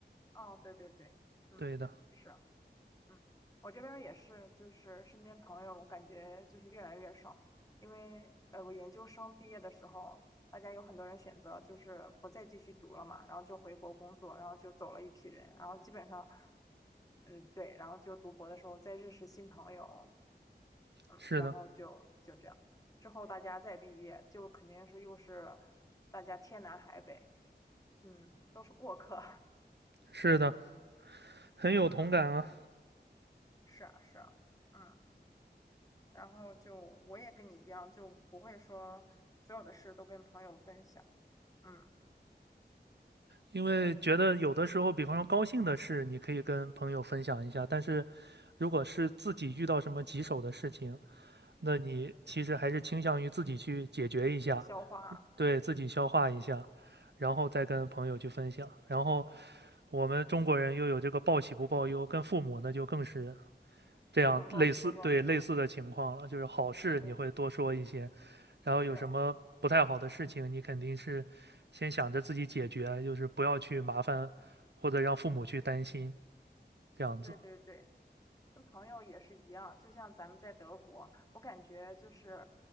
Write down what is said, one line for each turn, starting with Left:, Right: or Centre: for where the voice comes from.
Left: 哦，对对对，嗯，
Right: 对的，
Left: 是。嗯，我这边儿也是，就是身边朋友，我感觉就是越来越少，因为呃，我研究生毕业的时候，大家有很多人选择就是不再继续读了嘛，然后就回国工作，然后就走了一批人，然后基本上，嗯，对，然后就读博的时候再认识新朋友，嗯，
Right: 是的，
Left: 然后就就这样，之后大家再毕业，就肯定是又是大家天南海北，嗯，都是过客，
Right: 是的，很有同感啊，
Left: <laughs> 嗯，是啊，是啊，嗯。然后就我也跟你一样，就不会说所有的事都跟朋友分享。嗯，
Right: 因为觉得有的时候，
Left: 对，
Right: 比方说高兴的事，你可以跟朋友分享一下，但是如果是自己遇到什么棘手的事情，那你其实还是倾向于自己去解决一下，
Left: 消化
Right: 对，自己消化一下，然后再跟朋友去分享。然后我们中国人又有这个报喜不报忧，跟父母那就更是这样类似，
Left: 这种报喜不报忧。
Right: 对，类似的情况了。就是好事你会多说一些，
Left: 对
Right: 然后有什么不太好的事情，
Left: 对
Right: 你肯定是先想着自己解决，就是不要去麻烦或者让父母去担心，这样子。
Left: 对对对，跟朋友也是一样。就像咱们在德国，我感觉就是